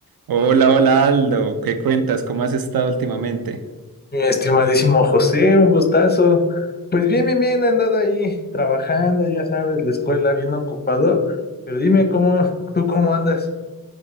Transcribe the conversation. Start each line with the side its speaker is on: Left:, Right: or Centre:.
Right: Hola, hola Aldo, ¿qué cuentas? ¿Cómo has estado últimamente?
Left: Mi estimadísimo José, un gustazo. Pues bien, bien, bien, he andado ahí trabajando, ya sabes, la escuela bien ocupado, pero dime cómo, tú cómo andas.